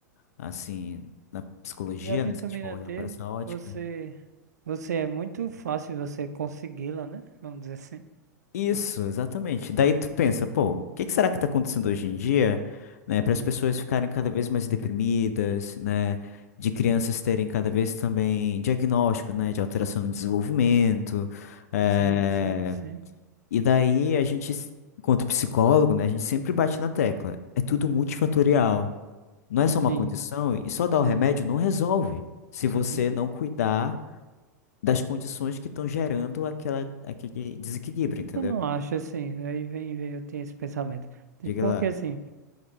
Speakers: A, on the left (about 55°); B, on the right (about 65°).
A: assim na psicologia,
B: E a vitamina
A: né? Se a gente for
B: D,
A: olhar para essa ótica.
B: você. Você é muito fácil você consegui-la, né? Vamos dizer assim.
A: Isso, exatamente. Daí tu pensa, pô, o que que será que tá acontecendo hoje em dia, né, para
B: Hum,
A: as pessoas ficarem cada vez mais deprimidas, né, de crianças terem cada vez também diagnóstico, né, de alteração no desenvolvimento, eh,
B: sim, sim, sim,
A: e daí a gente, s- enquanto psicólogo, né, a gente sempre bate na tecla, é tudo multifatorial, não é só uma
B: sim,
A: condição e só dar
B: sim,
A: o remédio não resolve, se
B: sim.
A: você não cuidar das condições que estão gerando aquela, aquele desequilíbrio, entendeu?
B: Eu não acho assim, aí vem, vem, eu tenho esse pensamento. Tem-
A: Diga
B: Porque
A: lá.
B: assim,